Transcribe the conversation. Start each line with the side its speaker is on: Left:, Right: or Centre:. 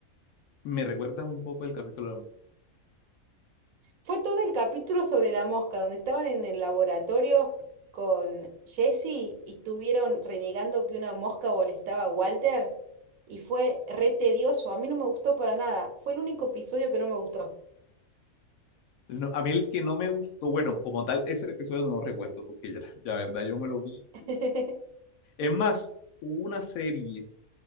Left: Me recuerdas un poco el capítulo.
Right: Fue todo el capítulo sobre la mosca, donde estaban en el laboratorio con Jesse y estuvieron renegando que una mosca molestaba a Walter y fue re tedioso. A mí no me gustó para nada. Fue el único episodio que no me gustó.
Left: no, a mí el que no me gustó, bueno, como tal, ese episodio no lo recuerdo, porque ya, <laughs> la la verdad yo me lo vi.
Right: <laughs>
Left: Es más, hubo una serie